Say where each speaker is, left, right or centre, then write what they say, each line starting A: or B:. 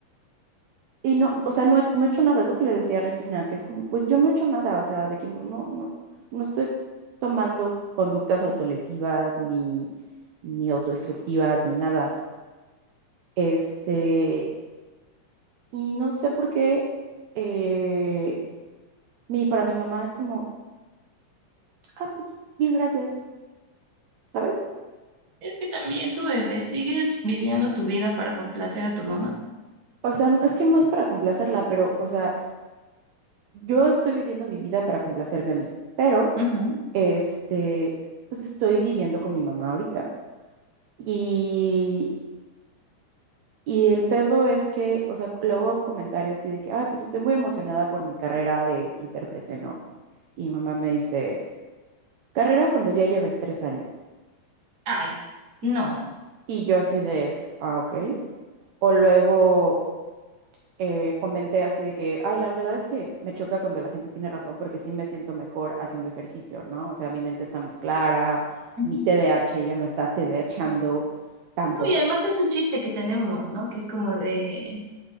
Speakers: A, on the right (about 70°); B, on the right (about 35°).
A: Y no, o sea, no he, no he hecho nada, es lo que le decía a Regina, que es como, pues yo no he hecho nada, o sea, de que no, no, no, no estoy tomando conductas autolesivas, ni, ni autodestructivas, ni nada. Este, y no sé por qué, eh, mi, para mi mamá es como, ah, pues bien, gracias, ¿sabes?
B: Es que también tu bebé, sigues viviendo tu vida para complacer a tu mamá.
A: O sea, n- es que no es para complacerla, pero, o sea, yo estoy viviendo mi vida para complacerme a mí, pero,
B: Ujú.
A: este, pues estoy viviendo con mi mamá ahorita. Y, y el pedo es que, o sea, luego un comentario así de que, ay, pues estoy muy emocionada por mi carrera de intérprete, ¿no? Y mi mamá me dice, carrera cuando ya lleves tres años.
B: Ay, no.
A: Y yo así de, ah, ok. O luego eh, comenté así de que, ay, la verdad es que me choca cuando la gente tiene razón porque sí me siento mejor haciendo ejercicio, ¿no? O sea, mi mente está más clara,
B: Ujú.
A: mi T D A H ya no está TDAHando tanto.
B: No, y además es un chiste que tenemos, ¿no? Que es como de